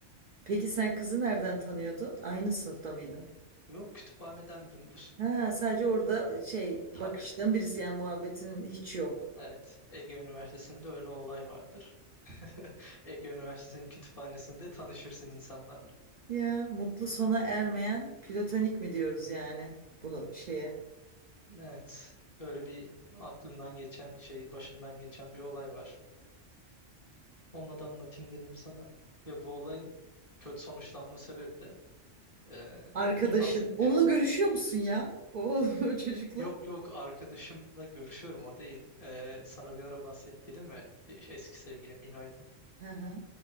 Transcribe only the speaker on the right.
Peki sen kızı nereden tanıyordun? Aynı sınıfta mıydın?
Ha, sadece orada şey
bakıştığın birisi yani muhabbetin hiç yok.
Ya mutlu sona ermeyen platonik mi diyoruz yani bunu şeye?
Arkadaşın.
Onunla görüşüyor musun ya? O, <laughs> o çocukla.
Hı hı.